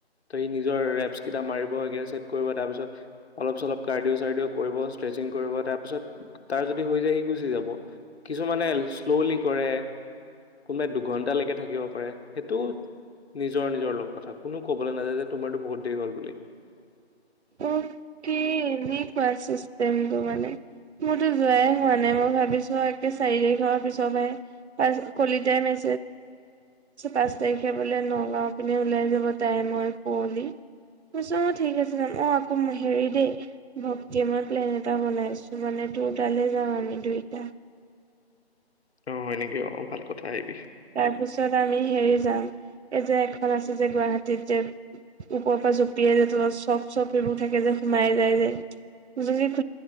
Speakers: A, on the left; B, on the right.
A: ত সি নিজৰ ৰেপচ কেইটা মাৰিব স চট কৰিব তাৰ পিছত অলপ চলপ কাৰ্ডিও চাৰ্ডিঅ' কৰিব চেকিং কৰিব তাৰপিছত তাৰ যদি হৈ যায় সি গুচি যাব কিছুমানে শ্ল'লি কৰে কোনোবাই দুঘণ্টা লৈকে থাকিব পাএ সেইটো নিজৰ নিজৰ লগ কথা কোনো কবলৈ নাযায় যে তোমাৰতো বহুত দেৰি হ'ল বুলি
B: অকে এনেকুৱা চিষ্টেম তো মানে মোৰতো যোৱাই হোৱা নাই মই ভাবিছো একে চাৰি তাৰিখৰ পিছতহে প কলিতাই ম পাঁচ তাৰিখে বোলে নগাঁও পিনে ওলাই যাব তাই মই পুঁৱলি <unintelligible> অ ঠিক আছে অ আকৌ হেৰি দেই ভক্তি মই প্লেন এটা বনাইছো মানে তোৰ তাত লৈ যাম মানে দুইটা
A: অ', হয় নেকি অঁ ভাল কথা আহিবি
B: তাৰপিছত আমি হেৰি যাম এই যে এখন আছে যে গুৱাহাটীত যে ওপৰৰ পৰা জঁপিয়াই যায় তলত চফ চফ এইবোৰ থাকে যে সোমাই যায় যে য